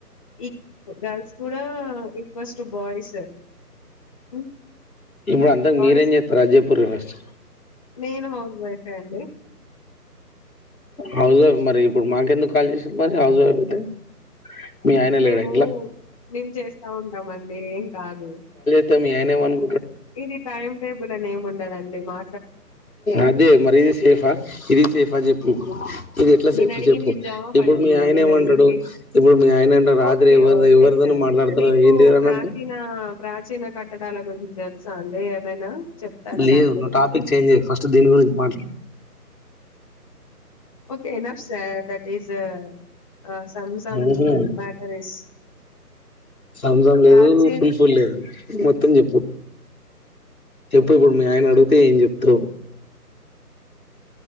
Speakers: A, on the left; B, on the left.
A: ఈ గర్ల్స్ కూడా ఈక్వల్స్ టు బాయ్స్ హ్మ్.
B: ఇప్పుడు అంతకు
A: బాయ్స్
B: మీరేం జేత్తరు అది జెప్పుర్రి ఫస్ట్
A: నేను హౌస్ వైపే అండి
B: హౌస్ వైఫ్ మరి ఇప్పుడు మాకెందుకు కాల్ చేసిండ్రు మరి హౌస్ వైఫ్ అయితే మీ ఆయన
A: మేము
B: లేడా ఇంట్ల?
A: మేము చేస్తా ఉంటాం అండి ఏం కాదు
B: తే మీ ఆయన ఏమను
A: ఇది టైమ్ టేబుల్ అనే ఉన్ కదండి మా
B: అదే మరి ఇది సేఫ్ ఆ ఇది సేఫ్ ఆ చెప్పు ఇది ఎట్లా
A: నేను అడిగింది జాబ్
B: ఇప్పుడు
A: అండి
B: మీ ఆయన
A: నేను
B: ఏమంటాడు
A: అడిగింది
B: ఇప్పుడు మీ ఆయన అంటారు రాత్రి
A: ఓకే
B: ఎవరి
A: ఓకే
B: ఎవరితోనో
A: సార్
B: మాట్లాడుతున్నారు
A: మీకు
B: ఏంటి అని
A: ప్రాచీనా
B: అంటే
A: ప్రాచీన కట్టడాల గురిం తెలుసా అండి ఏమైనా చెప్తారా
B: లేదు
A: దాని గురించి
B: నువ్వు టాపిక్ చేంజ్ చేయకు ఫస్ట్ దీని గురించి మాట్లా
A: okay enough sir that is ah, some some
B: ఉహు
A: మ్యాటర్ ఇస్
B: సామ్‌సంగ్ లేదు,
A: ప్రాచీన
B: ఫుల్‌గా లేదు మొత్తం చెప్పు చెప్పు ఇప్పుడు మీ ఆయన అడుగితే ఏం చెప్తావ్